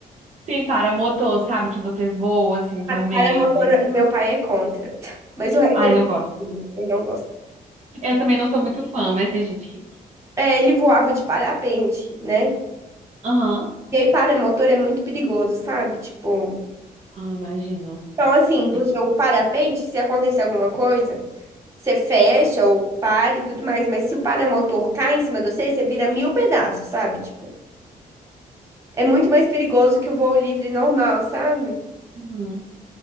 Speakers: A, on the right; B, on the right.
A: tem paramotor, sabe? Que você voa assim também.
B: Para motor,
A: é um dele.
B: meu pai é contra. <laughs> Mas o resto
A: Ai,
B: ele
A: não gosto.
B: tudo, ele não gosta.
A: Eu também não sou muito fã, mas tem gente que. gosta.
B: É, ele voava de parapente, né?
A: Aham.
B: E aí paramotor é muito perigoso, sabe? Tipo,
A: Ah, imagino.
B: então assim, porque
A: É,
B: o parapente, se acontecer alguma coisa, você fecha ou para e tudo mais, mas se o paramotor cai em cima de você, você vira mil pedaços, sabe? Tipo, é muito mais perigoso que o voo livre normal, sabe?
A: Uhum.